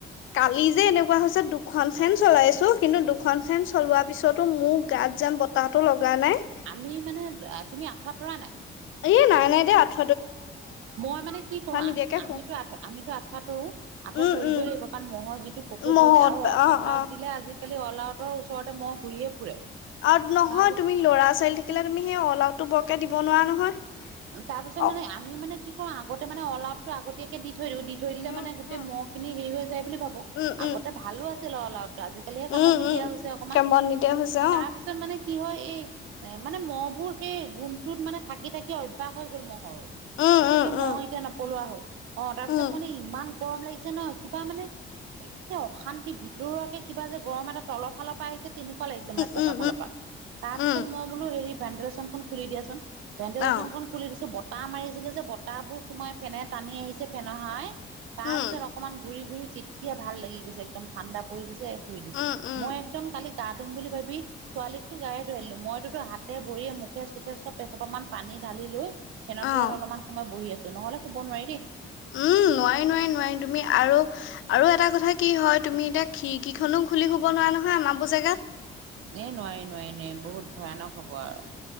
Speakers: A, on the left (about 80°); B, on the right (about 85°).
A: কালি যে এনেকুৱা হৈছে দুখন ফেন চলাইছোঁ, কিন্তু দুখন ফেন চলোৱাৰ পিছতো মোৰ গাত যেন, বতাহ তাহটো লগা নাই।
B: আমি মানে, তুমি আঠুৱা তুৰা নাই।
A: এই, নাই নাই দেই আঠ
B: মই মানে কি কৰোঁ আমি,
A: নিদিয়াকে
B: আমিতো
A: শু
B: আমিতো আঠুৱা তৰোঁ। আঁঠত
A: উম
B: তৰিবই
A: উম
B: লাগিব, কাৰণ মহ'ৰ যিটো প্ৰকোপ
A: মহত
B: হৈছে, আৰু
A: অ
B: অলাউত
A: অ
B: দিলে আজি আজিকালি অলআউটৰ ওচৰতে মহ ঘূৰিয়েই ফুৰে।
A: আৰু নহয়
B: তাৰপিছত
A: তুমি ল'ৰা-ছোৱালী থাকিলে তুমি সেই অলাউটো বৰকে দিব নোৱাৰা নহয়।
B: তাৰ পিছত
A: অ
B: মানে আমিও মানে, কি কৰো আগতে মানে অল আউট টো, আগতীয়াকে দি থৈ দিওঁ, দি থৈ দিলে
A: উম
B: মানে গোটে
A: উম
B: মহখিনি হেৰি হৈ যায় বুলি ভাবো,
A: উম
B: আগতে
A: উম
B: ভালো আছিল অল আওটো আজিকালিহে
A: উম,
B: কাম'ত নিদিয়া
A: উম,
B: হৈছে অকনমান,
A: কাম বন নিদিয়া হৈছে অ',
B: তাৰ পিছ পিছত মানে কি হয় এই, এই মানে মহবোৰ সেই গুমটোত মানে থাকি, থাকি অয় অয়ভাস হৈ গ'ল মহৰো,
A: উম,
B: গতিকে
A: উম, উম,
B: মহ এতিয়া নপলোৱা হ'ল অ, তাৰপিছত
A: উম,
B: মানে ইমান গৰম লাগিছে ন, কিবা মানে একে অশান্তি ভিতৰুৱাকে কিবা যে, গৰম এটা তলপ ফালৰ পৰা আহিছে। তেনেকুৱা লাগিছে মানে পকা
A: উম,
B: ফালৰ পা, তাৰ
A: উম, উম, উম,
B: পিছত মই বোলো হেৰি ভেণ্ডিলেচনখন খুলি দিয়াচোন। ভেণ্ডিলেচনখন
A: অ',
B: খুলি দিছো, বতাহ মাৰিছিলে যে, বতাহবোৰ সোমাই ফেনে টানি আহিছে ফেনৰ হাৱায়ে। তাৰ
A: উম,
B: পিছত অকমান ঘূৰি ঘূৰি তেতিয়া ভাল লাগি গৈছে, একদম ঠাণ্ডা পৰি গৈছে। ধুই দিছো,
A: উম, উম,
B: মই একদম কালি গা, ধুম বুলি ভাবি। ছোৱালীকতো গাইে ধুৱাই দিলো, মইতোটো হাতে, ভৰিয়ে, মুখে, চুখে চ'ব অসোপামান পানী ঢালি লৈ, ফেনৰ
A: অ',
B: তেলত অলপমান সময় বহি আছো, নহ'লে শুব নোৱাৰি দেই।
A: উম, নোৱাৰি নোৱাৰি নোৱাৰি তুমি আৰু আৰু এটা কথা কি হয় তুমি এতিয়া খিৰকিখনো খুলি শুব নোৱাৰা নহয় আমাৰ বোৰ জেগাত।
B: এই নোৱাৰি নোৱাৰি নোৱাৰি বহুত ভয়ানক হ'ব আৰু।